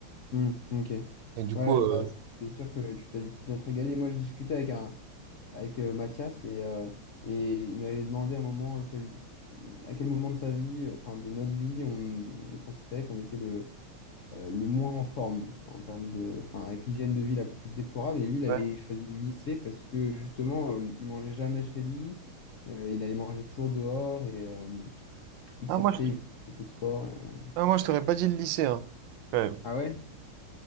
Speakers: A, on the left; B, on the right.
A: hmm, ok.
B: Et du
A: Ouais,
B: coup...
A: bah,
B: euh,
A: c- c'est sûr que tu t'as dû bien te régaler. Moi, je discutais avec, un, avec euh, Mathias et, euh, et il m'avait demandé à un moment quel- à quel moment de sa vie, euh, enfin de notre vie, on, on considérait qu'on était le, euh, le moins en forme en termes de, enfin, avec l'hygiène de vie la plus déplorable. Et lui, il avait
B: ouais.
A: choisi le lycée parce que justement, euh, il mangeait jamais chez lui, euh, il allait manger toujours dehors et euh, il
B: Ah,
A: sortait,
B: moi, je te-
A: il faisait beaucoup de sport. et, euh,
B: ah, moi, je t'aurais pas dit le lycée, hein. Quand même.
A: Ah ouais?